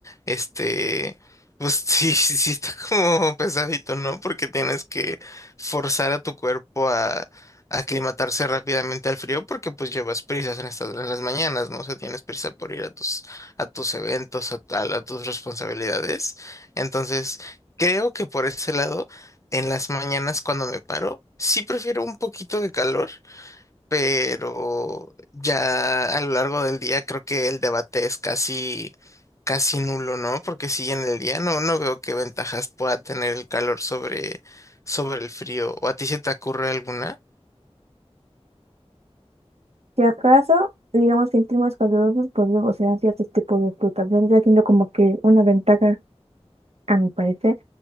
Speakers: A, on the left; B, on the right.
A: este, pues <laughs> sí, sí, sí está como pesadito, ¿no? Porque tienes que forzar a tu cuerpo a... aclimatarse rápidamente al frío porque pues llevas prisas en estas en las mañanas, ¿no? O sea, tienes prisa por ir a tus a tus eventos, a a- a tus responsabilidades. Entonces, Creo que por ese lado, en las mañanas cuando me paro, sí prefiero un poquito de calor, pero ya a lo largo del día creo que el debate es casi, casi nulo, ¿no? Porque si en el día no, no veo qué ventajas pueda tener el calor sobre, sobre el frío. ¿O a ti se te ocurre alguna?
B: Si acaso, digamos que en climas calurosos, pues luego se dan ciertos tipos de frutas. Vendría siendo como que una ventaja, a mi parecer